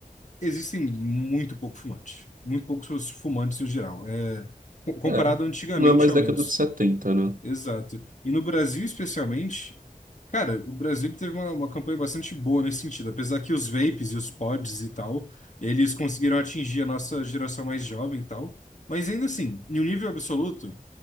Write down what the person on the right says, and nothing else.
é,
não é mais
década
de setenta né?